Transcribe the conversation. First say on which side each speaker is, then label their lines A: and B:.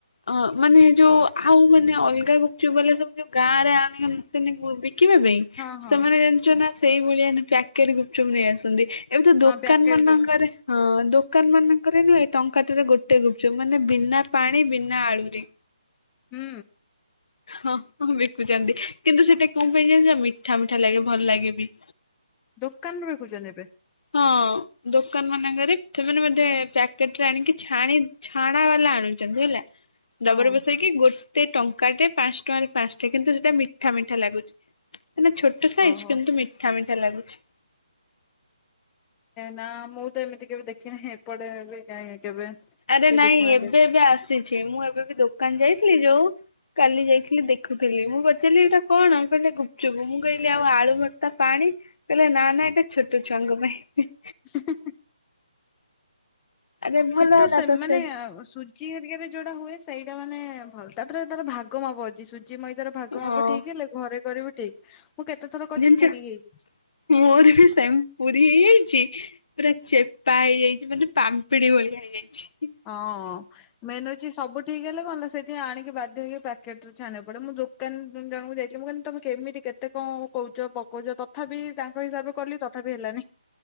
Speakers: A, on the left; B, on the left.
A: ଅ ମାନେ ଯୋଉ ଆଉ ମାନେ ଅଲଗା ଗୁପଚୁପ୍ ବାଲା ସବୁ ଯୋଉ ଗାଁ ରେ ଆଣନ୍ତିନି ବିକିବା ପାଇଁ?
B: ହଁ ହଁ
A: ସେମାନେ ଜଣିିଛ ନା ସେଇ ଭଳିଆ ପ୍ୟାକେଟ୍ ଗୁପଚୁପ୍ ନେଇ ଆସନ୍ତି। ଏବେ ତ ଦୋକାନ
B: ହଁ ପ୍ୟାକେଟ
A: ମାନଙ୍କରେ
B: ଗୁଡ
A: ହଁ ଦୋକାନ ମାନଙ୍କରେ ନୁହେ ଟଙ୍କାଟେରେ ଗୋଟେ ଗୁପଚୁପ ମାନେ। ମାନେ ବିନା ପାଣି ବିନା ଆଳୁରେ।
B: ହୁଁ।
A: ହଁଁ ବିକୁଛନ୍ତି କିନ୍ତୁ ସେଇଟା କୋଣ ପାଇଁ ଜାଣିଲ ମିଠା ମିଠା ଲାଗେ ଭଲ ଲାଗେ ବି।
B: ଦୋକାନରୁ ବିକୁଛନ୍ତି ଏବେ।
A: ହଁ ଦୋକାନ ମାନଙ୍କରେ ସେମାନେ ବୋଧେ ପ୍ୟା କେଟରେ ଆଣିକି ଛାଣି ଛାଣା ବାଲା ଆଣୁଛନ୍ତି, ହେଲା
B: ହଁ
A: ଡବାରେ ପସେଇକି ଗୋ ସେ ଟଙ୍କା ଟେ ପାଞ୍ଚ ଟଙ୍କାରେ ପାଞ୍ଚଟା କିନ୍ତୁ ସେଇଟା ମିଠା ମିଠା ଲାଗୁଚି, ମାନେ ଛୋଟ ଛୋଟ ସାଇଜ
B: ଓହୋ
A: କିନ୍ତୁ ମିଠା ମିଠା ଲାଗୁଛି।
B: ନା ମୁଁ ତ ଏମିତି କେବେ ଦେଖିିନି ଏପଟେ ବି କାହିଁ କେବେ
A: ଆରେ
B: କିଏ
A: ନାଇଁ
B: ବିକୁନାହାନ୍ତି
A: ଏବେ ଏବେ ଆସିଛି, ମୁଁ ଏବେ ବି ଦୋକାନ ଯାଇଥିଲି ଯୋଉ କାଲି ଯାଇଥିଲି ଦେଖୁଥିଲି ମୁଁ ପଚାରିଲି ଏଇଟା କଣ କହିଲେ ଗୁପଚୁପ, ମୁଁ କହିଲି ଆଉ ଆଳୁ ଭର ତା ପାଣି କହିଲେ ନା ନା ଏଟା ଛୋଟ ଛୁଆଙ୍କ ପାଇଁ।
B: <inaudible>
A: ଆରେ ଭଲ
B: କିନ୍ତୁ
A: ହେଲା
B: ସେମାନେ
A: ତ ସେ
B: ସୁ ସୁଜି ହେରିକାରେ ଯୋଉଟା ହୁଏ ସେଇଟା ମାନେ ଭଲ ତାପରେ ତାର ଭାଗ ମାପ ଅଛି। ସୁଜି ମଇଦାର ଭାଗ
A: ହଁ
B: ମାପ ଠିକ୍ ହେଲେ ଘରେ ଘରେ ବି ଠିକ୍ ମୁଁ କେତେ ଥର କରିଚି
A: ଜାଣିଛ
B: ପୁରୀ ହେଇଯାଇଛି।
A: ମୋର ବି ସେମ୍ ପୁରୀ ହେଇଯାଇଚି। ପୁରା ଚେପା ହେଇଯାଇଚି ମାନେ ପାମ୍ପିଡି ଭଳିଆ ହେଇଯାଇଛି।
B: ହଁ ମେନ୍ ହଉଛି ସବୁ ଠିକ୍ ହେଲେ କଣ ହେଲା ସେଠି ଆଣିକି ବାଧ୍ୟ ହେଇକି ପ୍ୟାକେଟ ରେ ଛାଣିବା କୁ ପଡେ ମୁଁ ଦୋ ଦୋକାନ ଜଣଙ୍କୁ ଯାଇଥିଲି ମୁଁ କହିଲି ତମେ କେମିତି କେତେ କଣ କହୁଛ ପକଉଛ ତଥାପି ତା ତାକ ହିସାବରେ କଲି ତଥାପି ହେଲାନି।